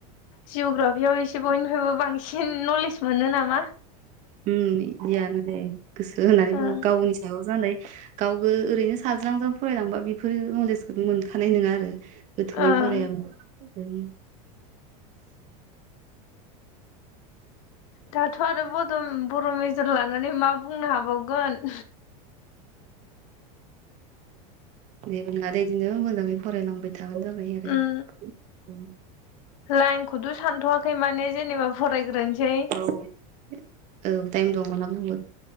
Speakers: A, on the left (about 60°); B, on the right (about 40°).
A: जिअ'ग्राफियाव एसे बयनिफ्रायबो बांसिन नलेज मोनो नामा?
B: उम बिदियानो दे गोसो होनानै
A: ओं
B: हो गावनि सायाव जानाय गावबो ओरैनो साज्रांज्रां फरायलांबा बेफोरो नलेजखौनो मोनखानाय नङा आरो <unintelligible>
A: ओं दाथ' आरो बदन बर' मेजर लानानै मा बुंनो हाबावगोन।
B: जेबो नङादे बिदिनो मोजाङै फरायलांबाय था। जाबाय आरो
A: उम
B: औ
A: लाइनखौथ' सानथ'वाखै माने जेनेबा फरायग्रोनोसै।
B: औ औ टाइम दं माला बुंगोन।